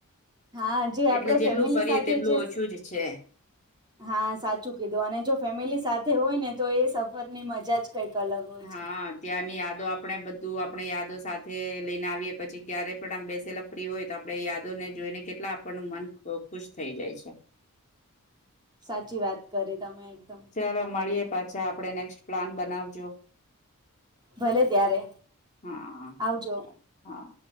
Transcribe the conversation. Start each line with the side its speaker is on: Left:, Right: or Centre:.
Right: હા જે આપડે
Left: એટલે જેટલું
Right: ફેમિલી
Left: ફરીએ
Right: સાથે
Left: તેટલું
Right: જે
Left: ઓછું જ છે
Right: હા સાચું કીધું અને જો ફેમિલી સાથે હોય ને. તો એ સફરની મજા જ. કંઈક અલગ હોય
Left: હા
Right: છે
Left: ત્યાંની યાદો આપ પણે બધું આપણે યાદો સાથે લઈને આવીએ પછી ક્યારે પણ આમ બેસેલા ફ્રી હોય તો આપડે યાદોને જોઈને કેટલા આપણનું મન ખુશ થઈ જાય છે.
Right: સાચી વાત કરી. તમે એકદમ
Left: ચલો મળીયે પાછા આપડે નેક્સ્ટ પ્લાન બનાવજો.
Right: ભલે ત્યારે
Left: હા
Right: આવજો.
Left: ચાલ હા